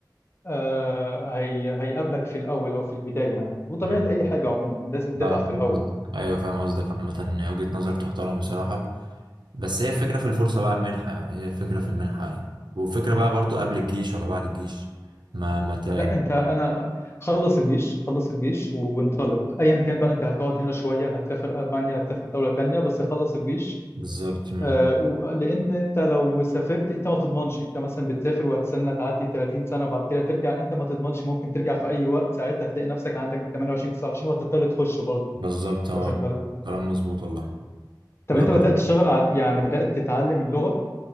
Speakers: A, on the left (about 35°); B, on the right (about 75°).
A: آه، هي هيقابلك في الاول او في البداية يعني وطبيعة
B: امم
A: اي حاجة عموما لازم تتعب
B: لا فاهم
A: في الاول
B: قصدك ايوه فاهم قصدك عامة وجهة نظر تحترم بصراحة بس هي الفكرة في الفرصة بقى المنحة بقى. هي الفكرة في المنحة يعني وفكرة بقى برضو قبل الجيش ولا بعد الجيش ما ما ت- يعني
A: لا انت انا خلص الجيش خلص الجيش و- وانطلق ايا كان بقى انت هتقعد هنا شويه هتسافر المانيا هتسافر دوله تانية بس خلص الجيش
B: بالظبط امم.
A: آه، و- لان انت لو سافرت انت ما تضمنش انت مثلا بتسافر وهتستنى تعدي 30 سنه وبعد كده ترجع انت ما تضمنش ممكن ترجع في اي وقت ساعتها تلاقي نفسك عندك 28 29 وهتضطر تخش برضه
B: بالظبط اه
A: واخد بالك
B: كلام مظبوط والله
A: طب
B: لا
A: انت بدات تشتغل ع- يعني بدات تتعلم اللغه